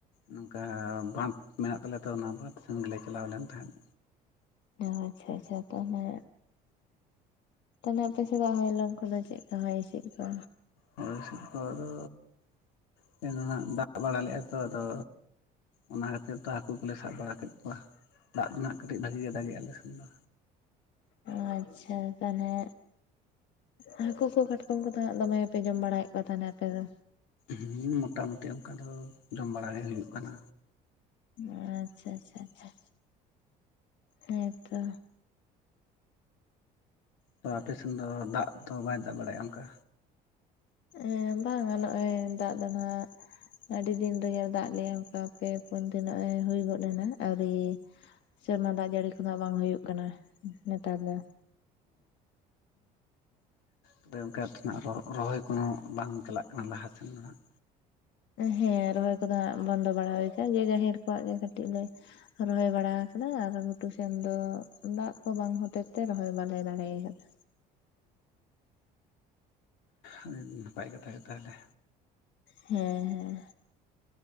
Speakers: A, on the left (about 80°); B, on the left (about 65°).
A: ᱱᱚᱝᱠᱟ ᱵᱟᱸᱫ ᱢᱮᱱᱟᱜ ᱛᱟᱞᱮᱭᱟ ᱛᱚ ᱚᱱᱟ ᱵᱟᱸᱫᱷ ᱥᱮᱱ ᱜᱮᱞᱮ ᱪᱟᱞᱟᱣ ᱞᱮᱱ ᱛᱟᱦᱮᱸᱫ᱾
B: ᱚ ᱟᱪᱪᱷᱟ ᱟᱪᱪᱷᱟ ᱛᱟᱞᱦᱮ ᱛᱟᱞᱦᱮ ᱟᱯᱮ ᱥᱮᱫᱟᱜ ᱦᱚᱭᱞᱚᱝ ᱠᱚᱫᱚ ᱪᱮᱫ ᱠᱟ ᱦᱚᱭ ᱦᱤᱥᱤᱫ ᱠᱚ?
A: ᱦᱚᱭ ᱦᱤᱥᱤᱫ ᱠᱚ ᱟᱫᱚ ᱛᱮᱦᱮᱧ ᱫᱚ ᱱᱟᱦᱜ ᱫᱟᱜ ᱵᱟᱲᱟ ᱞᱮᱜ-ᱟᱭ᱾ ᱛᱚ ᱟᱫᱚ ᱚᱱᱟ ᱠᱷᱟᱹᱛᱤᱨ ᱛᱚ ᱦᱟᱹᱠᱩ ᱠᱚᱞᱮ ᱥᱟᱵ ᱵᱟᱲᱟ ᱠᱮᱫ ᱠᱚᱣᱟ᱾ ᱫᱟᱜ ᱫᱚ ᱱᱟᱦᱜ ᱠᱟᱹᱴᱤᱡ ᱵᱷᱟᱜᱤ ᱜᱮ ᱫᱟᱮᱜ-ᱟᱭ ᱟᱞᱮ ᱥᱮᱱ ᱫᱚ᱾
B: ᱚ ᱟᱪᱪᱷᱟ ᱛᱟᱞᱦᱮ ᱦᱟᱹᱠᱳ ᱠᱚ ᱠᱟᱴᱠᱚᱢ ᱠᱚᱫᱚ ᱦᱟᱸᱜ ᱫᱚᱢᱮ ᱜᱮᱯᱮ ᱡᱚᱢ ᱵᱟᱲᱟᱭᱮᱜ ᱠᱚᱣᱟ ᱛᱟᱞᱦᱮ ᱟᱯᱮ ᱫᱚ᱾
A: ᱦᱩᱸ ᱢᱚᱴᱟ ᱢᱩᱴᱤ ᱚᱱᱠᱟ ᱫᱚ ᱡᱚᱢ ᱵᱟᱲᱟ ᱜᱮ ᱦᱩᱭᱩᱜ ᱠᱟᱱᱟ᱾
B: ᱟᱪᱪᱷᱟ ᱟᱪᱪᱷᱟ ᱟᱪᱪᱷᱟ, ᱦᱮᱸᱛᱚ᱾
A: ᱛᱚ ᱟᱯᱮᱥᱮᱱ ᱫᱚ ᱫᱟᱜ ᱫᱚ ᱵᱟᱭ ᱫᱟᱜ ᱵᱟᱲᱟᱭᱮᱜ-ᱟ ᱚᱱᱠᱟ?
B: ᱮᱸ ᱵᱟᱝᱟ ᱱᱚᱜ-ᱚᱭ ᱫᱟᱜ ᱫᱚ ᱱᱟᱦᱟᱜ ᱟᱹᱰᱤ ᱫᱤᱱ ᱨᱮᱜᱮ ᱫᱟᱜ ᱞᱮᱜ-ᱟ ᱚᱱᱠᱟ ᱯᱮ ᱯᱩᱱ ᱫᱤᱱ ᱱᱚᱜ-ᱚᱭ ᱦᱩᱭ ᱜᱚᱫ ᱮᱱᱟ ᱟᱹᱣᱨᱤᱼᱼ ᱥᱮᱨᱢᱟ ᱫᱟᱜ ᱡᱟᱹᱲᱤ ᱠᱚᱫᱚ ᱦᱟᱸᱜ ᱵᱟᱝ ᱦᱩᱭᱩᱜ ᱠᱟᱱᱟ ᱱᱮᱛᱟᱨ ᱫᱚ᱾
A: ᱟᱫᱚ ᱚᱱᱠᱟ ᱛᱮᱱᱟᱜ ᱨᱚ ᱨᱚᱦᱚᱭ ᱠᱳᱱᱳ ᱵᱟᱝ ᱪᱟᱞᱟᱜ ᱠᱟᱱᱟ ᱞᱟᱦᱟ ᱥᱮᱱ ᱫᱚ ᱦᱟᱸᱜ᱾
B: ᱦᱮᱸ ᱨᱚᱦᱚᱭ ᱠᱚᱫᱚ ᱦᱟᱸᱜ ᱵᱚᱱᱫᱚ ᱵᱟᱲᱟ ᱦᱩᱭ ᱠᱟ ᱡᱮ ᱜᱟᱹᱦᱤᱨ ᱠᱚᱣᱟᱜ ᱜᱮ ᱠᱟᱹᱴᱤᱡ ᱞᱮᱼᱼ ᱨᱚᱦᱚᱭ ᱵᱟᱲᱟ ᱟᱠᱟᱫᱟ ᱟᱨ ᱜᱷᱩᱴᱩ ᱥᱮᱱ ᱫᱚ ᱫᱟᱜ ᱠᱚ ᱵᱟᱝ ᱦᱚᱛᱮ ᱛᱮ ᱨᱚᱦᱚᱭ ᱵᱟᱞᱮ ᱫᱟᱲᱮ ᱠᱟᱫᱟ᱾
A: ᱩᱸ ᱟᱹᱰᱤ ᱱᱟᱯᱟᱭ ᱠᱟᱛᱷᱟ ᱜᱮ ᱛᱟᱦᱞᱮ᱾
B: ᱦᱮᱸ ᱦᱮᱸ᱾